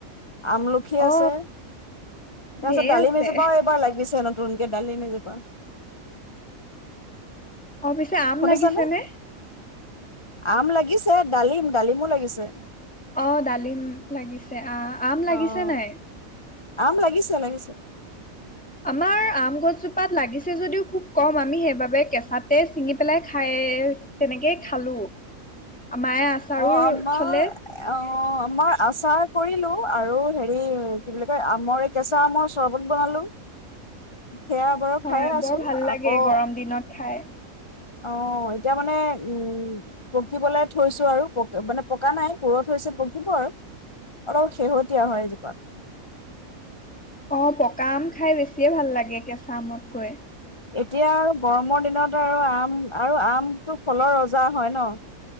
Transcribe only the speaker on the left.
আমলখি আছে
তাৰপিছত
দালি
এজোপাঁও এবাৰ লাগিছে নতু দোনকে ডালি এজোপা
শুনিছানে?
আম লাগিছে ডালিম ডালিমো লাগিছে
অ',
আম লাগিছে লাগিছে
অ', আমাৰ
অ আমাৰ আচাৰ কৰিলো আৰু হেৰি কি বুলি কয় আমৰে এই কেঁচা আমৰ চৰবত বনালো সেয়া বাৰু
খায়ে আছো
আকৌ
অ এতিয়া মানে উম পকিবলৈ থৈছো আৰু প মানে পকা নাই পুৰ থৈছিল পকিব আৰু অলপ শেহতীয়া হয় এজোপা
এতিয়া আৰু গৰমৰ দিনত আৰু আম আৰু আমটো ফলৰ ৰজা হয় ন